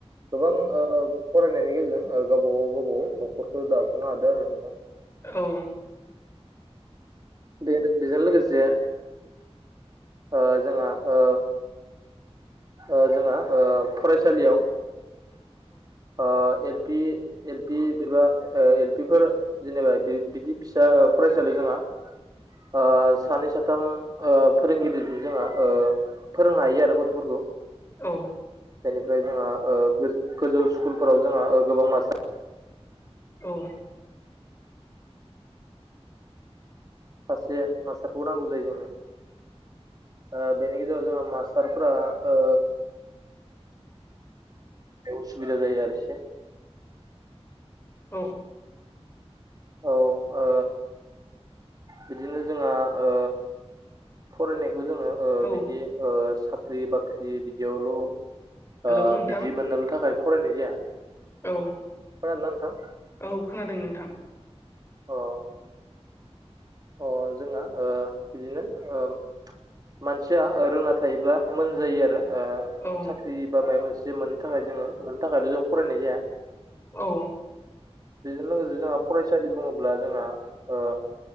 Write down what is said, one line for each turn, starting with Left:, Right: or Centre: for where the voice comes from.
Right: गोबां ओ फरायनायनि गेजेरजों गावबागाव गावबागाव नखरखौ दाफुंनो हादो आरो नोंथां
Left: औ
Right: बे बेजों लोगोसे ओ जोंहा ओ ओ जोंहा ओ फरायसालियाव ओ पि एल पि एबा एल पिफोर जेनेबा बिदि फिसा फरायसालि जोंहा ओ सानै साथाम ओ फोरोंगिरिजों जोंहा ओ फोरोंनो हायो आरो गथफोरखौ
Left: औ
Right: बेनिफ्राय जोंहा ओ गोजौ स्कुलफोराव जोंहा गोबां मास्टार
Left: औ
Right: सासे मास्टारखौ नांगौ जायो जोंनो ओ बेनि गेजेराव जोंहा मास्टारफोरा ओ असुबिदा जायो आरो एसे
Left: औ
Right: औ ओ बिदिनो जोंहा ओ फरायनायखौ जोङो
Left: औ
Right: बिदि ओ साख्रि बाख्रि बिदियावल ओ
Left: हेलौ नोंथां
Right: बिदि मोननो थाखाय फरायनाय जाया
Left: औ
Right: खोनादोंना नोंथां
Left: औ खोनादों नोंथां
Right: अ अ जोंहा ओ बिदिनो ओ मानसिया रोङना थायोब्ला मोजां जायो आरो ओ
Left: औ
Right: साख्रि बा माबा मोनसे मोननो थाखाय जोङो मोननो थाखायल जों फरायनाय जाया
Left: औ
Right: बेजों लोगोसे जोंहा फरायसालि बुङोब्ला जोंहा ओ